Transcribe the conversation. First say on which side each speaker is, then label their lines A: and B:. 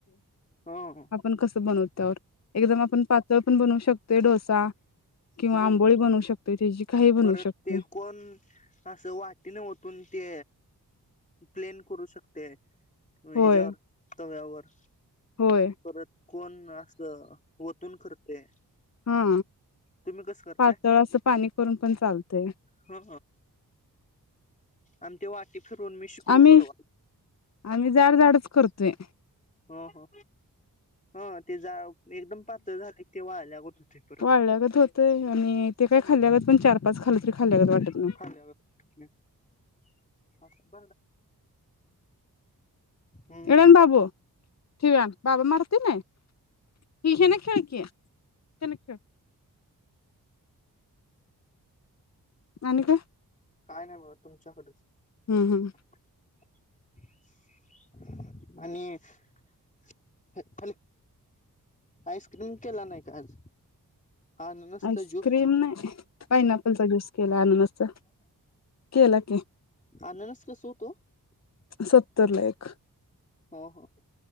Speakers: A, on the left; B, on the left.
A: हा.
B: पण कसं बनवत्या वर एकदम आपण पातळ पण बनवू शक ते डोसा किंवा
A: हम्म
B: आंबोळी बनवू शकतोय तेजी काही बनवू
A: परत
B: शकते.
A: ते कोण असं वाटीने ओतून ते प्लेन करू शकते म हेज्यावर
B: होय
A: तव्यावर.
B: होय
A: परत कोण असं ओतून करते.
B: हा
A: तुम्ही कसं करताय
B: पातळ असं पाणी करून पण चालतंय.
A: हा आणि ते वाटी फिरून मी शिकलो
B: आम्ही
A: परवा.
B: आम्ही जाडजाडच करतोय.
A: हा हा हा ते जा एकदम पातळ झाले ते वाळायला लागत होते परत.
B: ल्यागत हो तय आणि ते काय खाल्यागत पण चार पाच खाल्लं तरी खाल्ल्यागत वाटत नाही
A: खाल्यागत <unintelligible> असं. <inaudible> हम्म
B: इकडं आण बाबू ठेवी आण. बाबा मारते नाय हिशेने खेळ कि <unintelligible> खेळ. आणि काय
A: काय नाही बाबा तुमच्याकडेच.
B: हम्म हम्म.
A: <unintelligible> आणिये. <unintelligible> आईस्क्रीम केला नाही का आज? अननसचा
B: आईस्क्रीम
A: ज्यूस
B: नाही पाइनापलचा ऍपलचा जूस केला अननसचा. केलं की.
A: आननस कसं होतं, ओ?
B: सत्तरला एक.
A: हो हो,